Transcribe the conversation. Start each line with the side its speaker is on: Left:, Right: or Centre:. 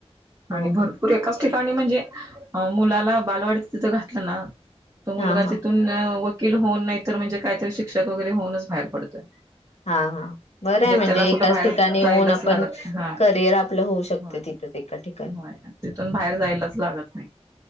Right: आणि
Left: हो
Right: भरपूर एकाच ठिकाणी म्हणजे अ मुलाला बालवाडीत तिथं घातला ना तो मुलगा
Left: हा हा
Right: तिथून अ उ किल हून नाहीतर म्हणजे काहीतरी शिक्षक वगैरे होउनच बाहेर पडतोय.
Left: हा हा बरंये म्हणजे
Right: त्याला कुठं
Left: एकाच
Right: बाहेर
Left: ठिकाणीं येऊन
Right: जायलाच
Left: आपणं
Right: लागत नाही हा
Left: करिअर आपलं होऊ शकते
Right: होय
Left: ति तस एका ठीक
Right: होय तिथून बाहेर जायलाच लागत नाही